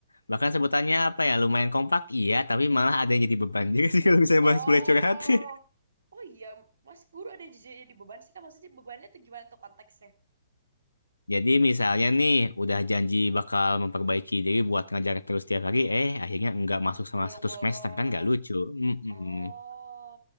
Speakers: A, on the left (about 85°); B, on the right (about 65°).
A: bahkan sebutannya apa ya, lumayan kompak iya, tapi malah ada yang jadi beban juga sih <laughs> kalau misalnya
B: Oh,
A: boleh boleh curhat. <laughs>
B: oh iya, Mas Guru ada yang jadi, jadi beban sih kak. Maksudnya bebannya tuh gimana tuh konteksnya?
A: Jadi misalnya nih udah janji bakal memperbaiki diri buat ngajar terus tiap hari, eh akhirnya nggak masuk sama
B: Bolong-bolong.
A: satu semester kan nggak lucu. Mm-mm.
B: Oh,